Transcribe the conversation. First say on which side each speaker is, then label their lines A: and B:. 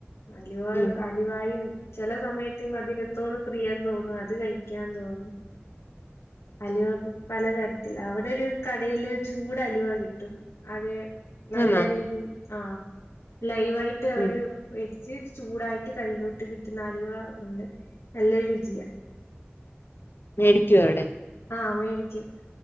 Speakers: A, on the left; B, on the left.
A: അലുവോള്
B: ഉം
A: അലുവായും ചില സമയത്ത് ഈ മധുരത്തോട് പ്രിയം തോന്നും അത് കഴിക്കാൻ തോന്നും
B: <inaudible>
A: അലുവ പലതരത്തില് അവിടെ ഒരു കടയില് ചൂട് അലുവ കിട്ടും അതെ നല്ല
B: ആന്നോ
A: രീതിയിൽ ആഹ് ലൈവായിട്ട് അവര്
B: ഉം
A: ചൂടായിട്ട് കയ്യിലോട്ട് കിട്ടുന്ന അലുവ ഉണ്ട് നല്ല രുചിയ
B: മേടിക്കുമോ അവിടെ
A: ആഹ് മേടിക്കും